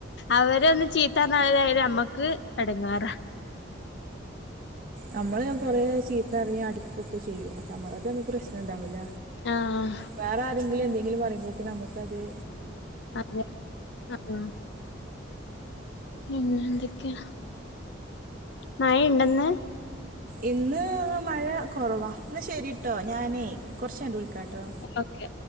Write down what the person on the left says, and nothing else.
അവരൊന്നു ചീത്തപറഞ്ഞാല് നമ്മക്ക് ക്ക് ഇടങ്ങേറാ
ആഹ്
അതെ, അ അ പിന്നെ എന്തൊക്കെയാ മഴ ഉണ്ടന്ന്
ഓക്കെ